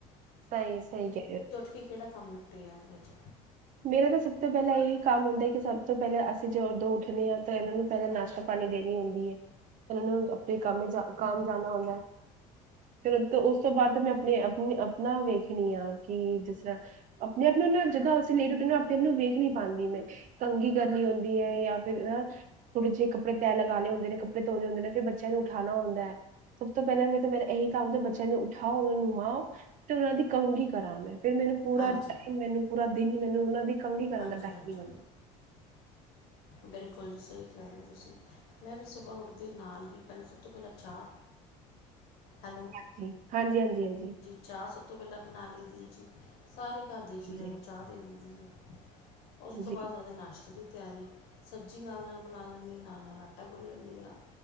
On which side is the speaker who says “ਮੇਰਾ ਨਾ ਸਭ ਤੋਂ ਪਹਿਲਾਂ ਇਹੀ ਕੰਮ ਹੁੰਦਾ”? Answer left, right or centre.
Right